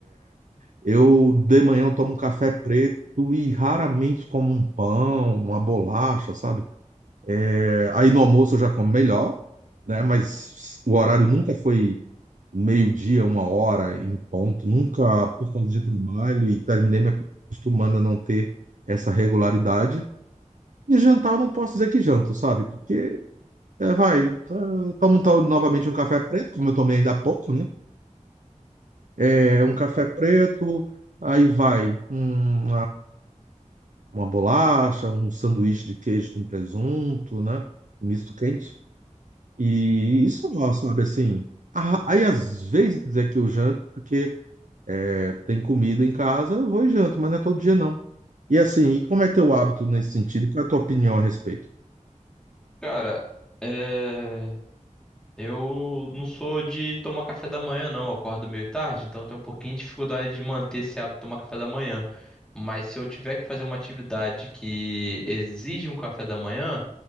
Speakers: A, on the right; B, in the centre.
A: Eu de manhã eu tomo um café preto e raramente como um pão, uma bolacha, sabe? É, aí no almoço eu já como melhor, né? Mas o horário nunca foi meio-dia, uma hora em ponto, nunca por causa de trabalho e terminei me acostumando a não ter essa regularidade. E jantar eu não posso dizer que janto, sabe? Porque é, vai, eh, tomo tal- novamente um café preto, como eu tomei ainda há pouco, né? É, um café preto, aí vai. Hum, uma bolacha, um sanduíche de queijo com presunto, né? Misto quente. E isso, ó, sabe, assim. a- Aí às vezes é que eu janto, porque é, tem comida em casa, eu vou e janto, mas não é todo dia não. E assim, e como é teu hábito nesse sentido? Qual é a tua opinião a respeito?
B: Cara, é... eu não sou de tomar café da manhã, não. Eu acordo meio tarde, então eu tenho um pouquinho de dificuldade de manter esse hábito de tomar café da manhã. Mas se eu tiver que fazer uma atividade que exige um café da manhã,